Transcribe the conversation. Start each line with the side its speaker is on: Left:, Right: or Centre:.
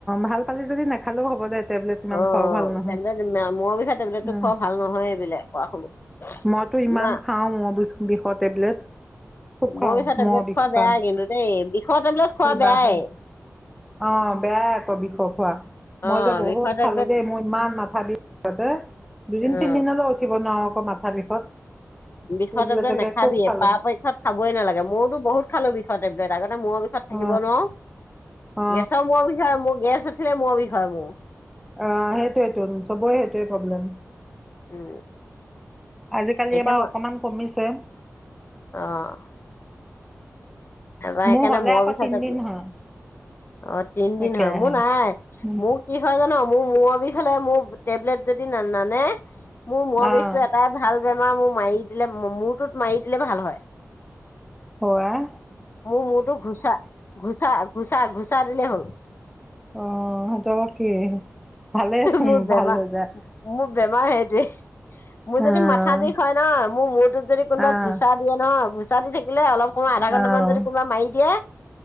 Centre: ভাল পালি যদি নেখালেও হ'ব দে টেবলেট। ইমান
Left: অ,
Centre: খোৱাও ভাল নহয়
Left: টেবলেট মোৰ বিষে টেবলেট
Centre: অ
Left: টো খোৱা ভাল নহয় এইবোলে কৰা শুনো।
Centre: মইতো ইমান
Left: না
Centre: খাওঁ বিষৰ টেবলেট। খুব খাওঁ
Left: মই বিষৰ টেবলেট
Centre: মূৰৰ বিষ
Left: খোৱা
Centre: কাৰণে
Left: বেয়াই কিন্তু দেইই বিষৰ টেবলেট
Centre: কি
Left: খোৱা
Centre: বা
Left: বেয়াই।
Centre: হয় অ, বেয়াই আকৌ বিষ খোৱা
Left: অ
Centre: মই যে বহুত
Left: বিষৰ টেবলেট
Centre: খালো দেই মোৰ ইমান মাথা বিষ আতে দুদিন
Left: অ
Centre: তিনদিনলৈ উঠিব ন আকৌ মাথাাৰ বিষত।
Left: বিষৰ
Centre: টেবলেটকে
Left: টবলেট নাখাবিয়োৰ
Centre: খুব খালো
Left: পক্ষত খাবই নালাগে ময়ওো বহুত খালো বিষৰ টবলেট আগতে মই থাকিব
Centre: অ
Left: ন
Centre: অ
Left: গেছৰ মোৰ বিষয় মোৰ গেছ উঠিলে মোৰ বিষয় মোৰ।
Centre: অ, সেইটোৱেটো চবয় সেইটোয়ে প্ৰব্লেম।
Left: উম,
Centre: আজিকালি
Left: এতিয়া
Centre: এইবাৰ
Left: মই
Centre: অকমান কমিছে।
Left: অ, এবাৰ সেইকাৰণে
Centre: মোৰ হ'লে
Left: মূৰৰ
Centre: আকৌ
Left: বিষৰ
Centre: তিনদিন
Left: টেবলেট
Centre: হয়।
Left: অ, তিনিদিন
Centre: একেৰাহে
Left: হয়, মোৰ নাই
Centre: উম
Left: মোক কি হয় জানো, মোৰ মূৰৰ বিষাললে মোৰ টেবলেট যদি ন নানে। মোৰ মৰ
Centre: অ',
Left: বিষটো এটাই ভাল বেমাৰ মোৰ মাৰি দিলে মূটোত মাৰি দিলে ভাল হয়।
Centre: অ‌, আই।
Left: মোৰ মূৰতো ঘোচা, ঘোচা, ঘোচা, ঘোচা দিলে হ'ল।
Centre: <unintelligible> ভালেই চোন
Left: মোৰ
Centre: ভাল
Left: বেমাৰ,
Centre: হৈ যায়
Left: মোৰ বেমাৰ সেইটোৱে। মোৰ যদি
Centre: অ',
Left: মাথা বিষ হয় ন, মোৰ মূৰটোোত যদি কোনোবা
Centre: অ',
Left: ঘোচা দিয়ে নহয় গুচা দি থাকিলে অলপ সময় আধা
Centre: অ',
Left: ঘণ্টামান যদি কোনোবা মাৰি দিয়ে।